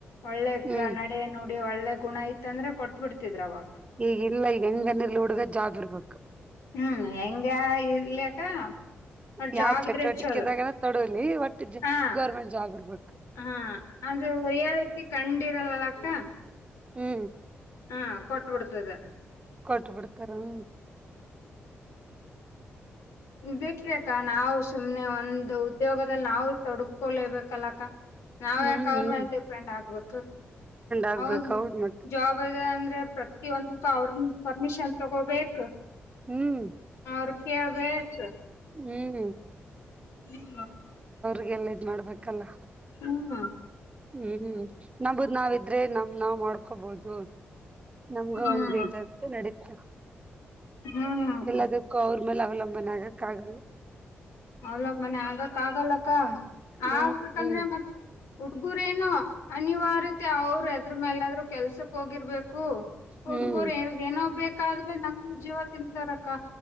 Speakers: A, on the left (about 85°); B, on the right (about 25°).
A: ಒಳ್ಳೆಗ
B: ಹ್ಮ್
A: ನಡೆ ನೋಡಿ ಒಳ್ಳೆ ಗುಣ ಇತ್ ಅಂದ್ರೆ ಕೊಟ್ಬಿಡ್ತಿದ್ರ ಅವಾಗ
B: ಈಗಿಲ್ಲ ಈಗ ಹೆಂಗ ನೀ ಇರ್ ಹುಡುಗ ಜಾಬ್ ಇರ್ಬಬೇಕು
A: ಹ್ಮ್ ಹೆಂಗ ಇರ್ಲಕ್ಕ ಅವ್ರ
B: ಯಾವ್
A: ಜಾಬ್
B: ಚಟುವಟಿಕೆದಾಗನ
A: ಇದ್ರೆ ಚಲೋ
B: ತೊಡಲಿ ಒಟ್ಟು
A: ಹಾ
B: ಗೌರ್ಮೆಂಟ್ ಜಾಬ್ ಇರ್ಬು
A: ಹಾ ಅದು ರಿಯಾಲಿಟಿ ಕಂಡಿರಲ್ಲಲ್ಲ ಅಕ್ಕ
B: ಹ್ಮ್
A: ಹಾ ಕೊಟ್ಟಬಿಡ್ತದ
B: ಪಟ್ಟು ಬಿಡ್ತಾರ ಹ್ಮ್
A: ಬೇಕ ಅಕ್ಕ ನಾವು ಸುಮ್ನೆ ಒಂದು ಉದ್ಯೋಗದಲ್ಲಿ ನಾವು ತೊಡ್ಕೊಳಬೇಕಲ್ಲಕ್ಕ ನಾವ್
B: ಹ್ಮ್
A: ಯಾಕ ಅವ್ರ
B: ಹ್ಮ್
A: ಮೆಟ್ ಡಿಪೆಂಡ್ ಆಗ್ಬೇಕು
B: ಆಗ್ಬೇಕ್
A: ಹೌದು
B: ಹೌದ್ ಮತ್ತ
A: ಜವಾಬ ಅದ ಅಂದ್ರೆ ಪ್ರತಿಹೊಂದು ಅವ್ರ ನಿ ಪರ್ಮಿಷನ್ ತಗೋಬೇಕ
B: ಹ್ಮ್
A: ಅವ ರಪ ಬ್ಯಾಚ್
B: ಹ್ಮ್
A: ಹ <unintelligible>
B: ಹಗೆಲ್ಲ ಇದ್ ಮಾಡ್ಬೇಕಲ್ಲ
A: ಹ್ಮ
B: ಹ್ಮ್ ನಂಬುದ್ ನಾವಿದ್ರೆ ನಮ್ ನಾವ್ ಮಾಡ್ಕೋಬಹದು ಹ ನಮ್ಗ
A: ಹ್ಮ್
B: ಒಂದೇಂತ ನಡತ
A: ಹ್ಮ್ ಅಕ್ಕ
B: ಎಲ್ಲದಕ್ಕೂ ಅವ್ರ ಮೇಲೆ ಅವಲಂಬನೆ ಆಗಕ್ಕ ಆಗಲ್ಲ
A: ಅವಲ ಮನೆ ಆಗಕ್ ಆಗಲ್ಲಕ್ಕ ಆಕಂದ್ರೆ
B: ಹ್ಮ್ ಹ್ಮ್
A: ಮತ್ ಹುಡ್ಗುರೇನುೋ ಅನಿವಾರ್ಯತೆ ಅವರು ಅದ್ರ ಮೇಲಾದ್ರರು ಕೆಲ್ಸಕ್ ಹೋಗಿರ್ಬೇಕು ಹುಡ್ಗರು
B: ಹ್ಮ್
A: ಏ ಏನೋ ಬೇಕಾದ್ರೆ ನಮ್ ಜೀವ ತಿಂತಾರಕ್ಕ